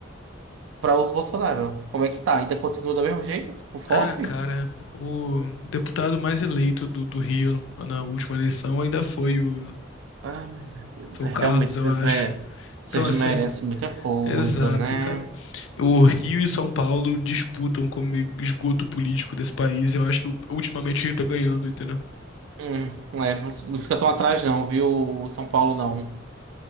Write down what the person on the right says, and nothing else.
para os Bolsonaro. Como é que tá? Ainda continua do mesmo jeito? Tipo, forte?
Ai, meu Deus,
é,
realmente vocês,
me... vocês
merecem muita coisa,
né?
Hum, é, mas não fica tão atrás, não, viu, São Paulo, não.